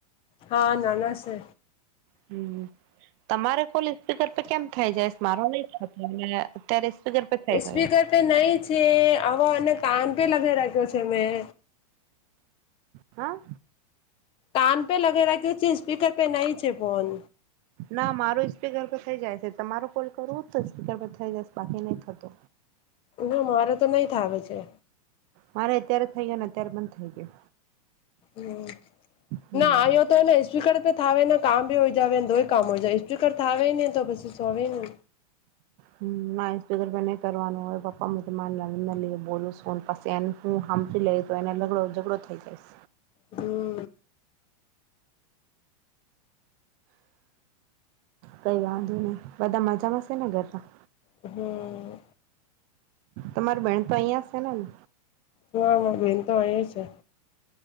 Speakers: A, on the left; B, on the right.
A: હા નાન શે.
B: હમ. તમારે કોલ સ્પીકર પ કેમ થઈ જાય મારો નહીતો અને અત્યારે સ્પીકર પર થઈ
A: સ્પીકર
B: ગયો
A: તો નઈ છે હો અને કાન પે લગાવ રાખ્યો છે મેં
B: હા.
A: કાન પે લગેરા છે, સ્પીકર પે નહીં છે, ફોન.
B: ના મારો સ્પીકર પર થઈ જાય છે, તમારો કોલ કરવું તો સ્પીકર પર થઈ જાય બાકી નહી થતો.
A: ના મારે તો નહી થાવ છે.
B: મારે અત્યારે થઈ ગયો ને અત્યારે પણ થઈ ગયો.
A: હું
B: હમ
A: ના આવ્યો તો એને સ્પીકર થાવે ને કામ ભી હોય જાવ ને તોય કામ હોય જ સ્પીકર થાવ ને તો પછી સોવે ને
B: હ ના એ સ્પીર પર નહીં કરવાનું હોય પપ્પા તો <unintelligible> લઈ બોલું ફોન પછી એ હું સાફી લઈ તો એને લગડો ઝઘડો થઇ જઈશ.
A: હમ.
B: કઈ વાંધો નહીં બધા મજા માંશે ને ઘરમાં.
A: હમ.
B: તમારી બહેન તો અહિયાં છે, ને ને.
A: હ બેન તો અહીંયા છે.